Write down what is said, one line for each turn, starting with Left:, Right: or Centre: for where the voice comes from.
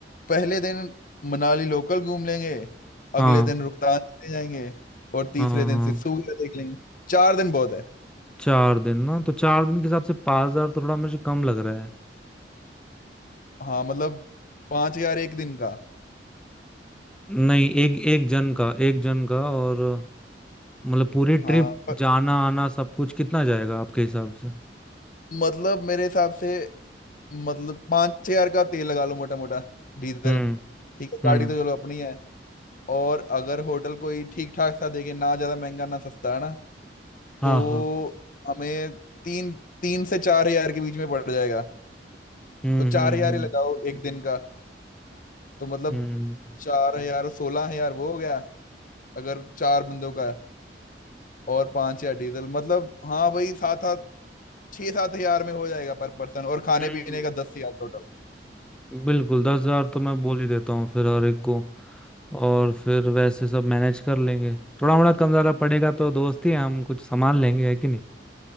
Left: पहले दिन मनाली लोकल घूम लेंगे अगले
Centre: हाँ
Left: दिन रोहतांग चले जाएंगे और तीसरे
Centre: हाँ
Left: दिन
Centre: हाँ
Left: सिस्सू वगैरह देख लेंगे चार दिन बहुत है
Centre: चार दिन ना तो चार दिन के हिसाब से पाँच हजार तो थोड़ा मुझे कम लग रहा
Left: हाँ मतलब पांच हजार एक दिन का
Centre: नहीं एक एक जन का एक जन का और मतलब पूरी ट्रिप
Left: हाँ पर,
Centre: जाना आना सब कुछ कितना जाएगा आपके हिसाब से
Left: मतलब मेरे हिसाब से मतलब पांच हजार का तेल लगा लो मोटा मोटा डीजल
Centre: हम्म
Left: ठीक है
Centre: हम्म
Left: गाड़ी तो चलो अपनी है और अगर होटल कोई ठीक ठाक सा देखे ना ज्यादा महंगा ना सस्ता है ना
Centre: हाँ
Left: तो
Centre: हाँ
Left: हमें तीन तीन से चार हजार के बीच में पड़ जाएगा
Centre: हम्म
Left: तो चार
Centre: हम्म
Left: हजार ही लगाओ एक दिन का तो मतलब
Centre: हम्म
Left: चार हजार सोलह हजार वो हो गया अगर चार बंदों का और पांच हजार डीजल मतलब हाँ वही सात आठ छह सात हजार में हो जाएगा पर पर्सन और खाने
Centre: हम्म, हम्म,
Left: पीने का दस हजार टोटल
Centre: बिल्कुल दस हजार तो मैं बोल ही देता हूँ फिर हर एक को और फिर वैसे सब मैनेज कर लेंगे थोड़ा मोड़ा कम ज्यादा पड़ेगा तो दोस्त ही हैं, हम कुछ संभाल लेंगे है कि नहीं